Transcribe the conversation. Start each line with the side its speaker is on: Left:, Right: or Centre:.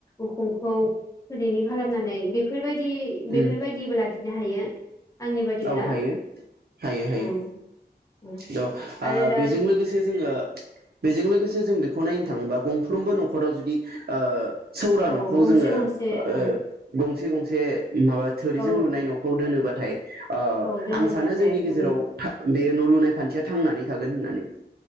Left: उखुमखौ थोरिनि खालामनानै। बेफोरबायदि। टि बेफोरबायदिबो
Right: उम
Left: लाखिनो हायो आंनि बादिब्ला
Right: औ हायो हायो हायो
Left: औ। औ
Right: द ओ
Left: आरो दा
Right: बेजों लोगोसे जोङो बेजों लोगोसे जों बेखौ नायनो थाङोबा गंफ्रोमबो नखराव जुदि ओ सौरा
Left: औ
Right: नखौ
Left: गंसे
Right: जोङो
Left: गंसे औ
Right: ओ गं थि गंसे माबा थोरिजों
Left: औ
Right: लुनाय नखौ दोनोबा थाय ओ
Left: औ दोनोब्लाथाय
Right: आं सानो जोंनि गेजेराव
Left: उम
Right: था बेयो न लुनाय खान्थिया थांनानै थागोन होननानै